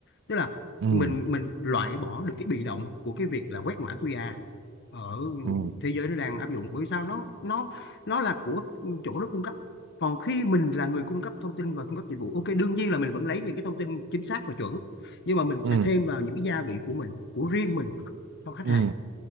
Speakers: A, on the left; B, on the right.
A: tức là
B: ừ
A: mình mình loại bỏ được cái bị động của cái việc là quét mã QR ở
B: ừ
A: thế giới nó đang áp dụng bởi sao nó nó nó là của chỗ nó cung cấp còn khi mình là người cung cấp thông tin và cung cấp dịch vụ ok đương nhiên là mình vẫn lấy những cái thông tin chính xác và chuẩn nhưng mà mình sẽ
B: ừ
A: thêm vào những cái gia vị của mình của riêng mình cho khách
B: ừ
A: hàng